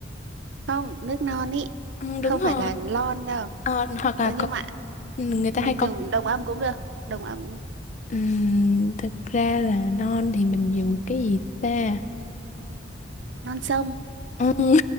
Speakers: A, on the right (about 65°); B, on the left (about 40°).
A: không nước non ý
B: ừ, đúng
A: không
B: rồi
A: phải là lon đâu
B: Ờ, hoặc là
A: Ơ nhưng
B: có
A: mà
B: người ta
A: mình
B: hay có
A: đồng, đồng âm cũng được đồng âm
B: Ừm, thực ra là non thì mình dùng cái gì ta
A: non sông
B: Ừm,